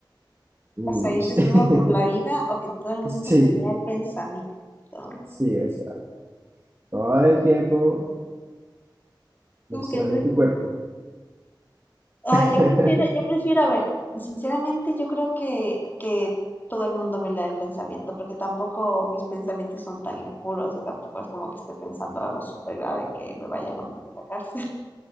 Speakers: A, on the right; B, on the left.
A: Uy,
B: ¿Vas a ir desnudo
A: <laughs>
B: por la vida o que todo el
A: sí,
B: mundo te lea el pensamiento?
A: sí, o sea, todo el tiempo
B: ¿Tú
A: mostrando
B: qué
A: tu cuerpo.
B: Ah,
A: <laughs>
B: yo prefiero, yo prefiero, a ver, sinceramente yo creo que, que todo el mundo me lea el pensamiento, porque tampoco mis pensamientos son tan impuros y tampoco es como que esté pensando algo súper grave que me vayan a meter a la cárcel